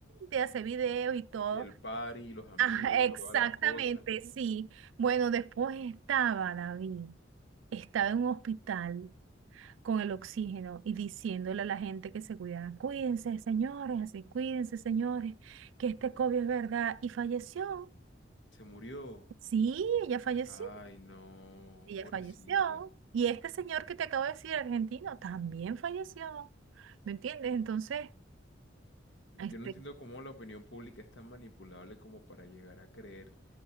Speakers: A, on the right; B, on the left.
A: de hacer videos y todo.
B: Y el party, y los amigos
A: Ajá, exactamente,
B: y toda la cosa.
A: sí. Bueno, después estaba David, estaba en un hospital con el oxígeno y diciéndole a la gente que se cuidara, cuídense, señores, así, cuídense, señores, que este COVID es verdad. Y falleció.
B: Se murió.
A: Sí, ella falleció,
B: Ay, no,
A: ella
B: pobrecita.
A: falleció. Y este señor que te acabo de decir, argentino, también falleció. ¿Me entiendes? Entonces,
B: Yo
A: este,
B: no entiendo cómo la opinión pública es tan manipulable como para llegar a creer